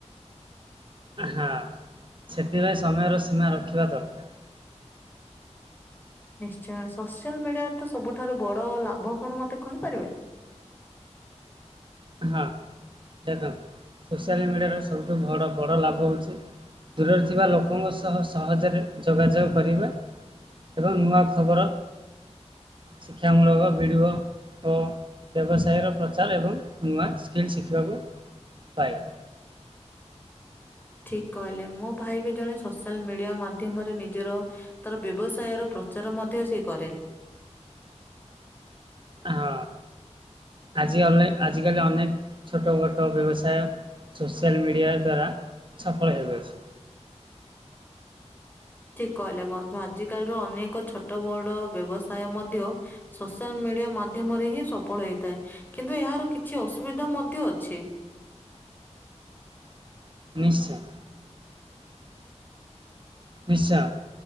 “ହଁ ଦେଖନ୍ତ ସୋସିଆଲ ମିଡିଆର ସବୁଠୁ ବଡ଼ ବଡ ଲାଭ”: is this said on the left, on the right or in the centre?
Right